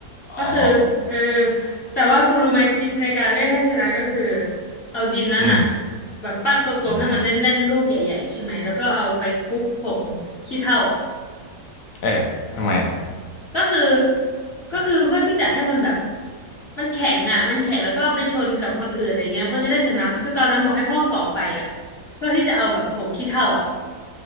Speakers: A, on the left; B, on the left.
A: ก็คือ
B: อ๋อ
A: เออ แต่ว่าคุณรู้ไหมทริคในการเล่นให้ชนะก็คือ เอาดินนั้นอะ
B: อืม
A: แบบปั้นกลมๆให้มันแน่นๆลูกใหญ่ๆใช่ไหม
B: อืมอืม
A: แล้วก็เอาไปคลุกผงขี้เถ้าอ่ะ
B: เอ๊ะทำไมอ่ะ
A: <laughs> ก็คือก็คือก็คือเพื่อที่จะให้มันแบบ มันแข็งอ่ะมันแข็งแล้วก็เอาไปชนกับคนอื่นอะไรเงี้ยมันก็จะได้ชนะคือตอนนั้นบอกให้พ่อก่อไฟอ่ะเพื่อที่จะเอาแบบผงขี้เถ้าอ่ะ